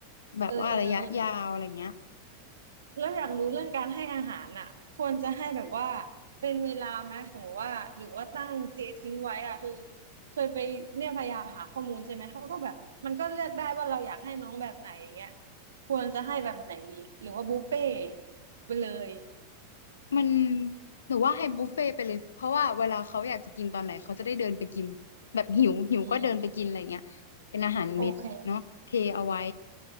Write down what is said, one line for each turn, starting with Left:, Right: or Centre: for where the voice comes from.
Left: แบบว่าระยะยาวอะไรเงี้ย
Right: เออเออเออแล้วอยากรู้เรื่องการให้อาหารอ่ะควรจะให้แบบว่าเป็นเวลาไหมสมมติว่าหรือว่าตั้งเททิ้งไว้อ่ะคือเคยไปเนี่ยพยายามหาข้อมูลใช่ไหมเขาก็แบบมันก็เลือกได้ว่าเราอยากให้น้องแบบไหนอย่างเงี้ยควรจะให้แบบไหนดีหรือว่าบุฟเฟ่ต์ไปเลย
Left: มันหรือว่าให้บุฟเฟ่ต์ไปเลยเพราะว่าเวลาเขาอยากจะกินตอนไหนเขาจะได้เดินไปกินแบบหิวหิวก็เดินไปกินอะไรเงี้ยเป็นอาหารเม็ดเนาะเทเอาไว้
Right: อืมโอเค